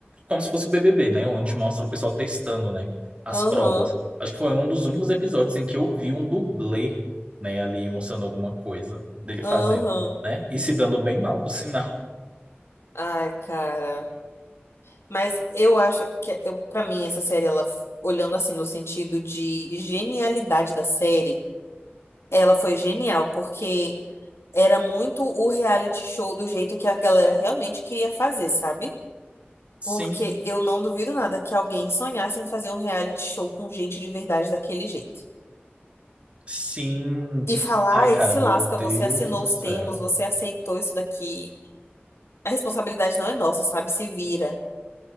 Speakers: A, on the right (about 30°); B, on the left (about 85°).
A: como se fosse o BBB, né, onde mostra o pessoal testando, né, as
B: Aham,
A: provas. Acho que foi um dos únicos episódios em que eu vi um dublê, né, ali mostrando alguma coisa dele
B: aham.
A: fazendo, né, e se dando bem mal, por sinal.
B: Ai, cara. Mas eu acho que, eu, pra mim, essa série, ela, olhando assim, no sentido de genialidade da série, ela foi genial, porque era muito o reality show do jeito que a galera realmente queria fazer, sabe?
A: <laughs> Sim.
B: Porque eu não duvido nada que alguém sonhasse em fazer um reality show com gente de verdade daquele jeito.
A: Sim.
B: E falar,
A: Ai,
B: ai,
A: cara,
B: se
A: meu
B: lasca,
A: Deus
B: você assinou
A: do
B: os
A: céu.
B: termos, você aceitou isso daqui. A responsabilidade não é nossa, sabe? Se vira.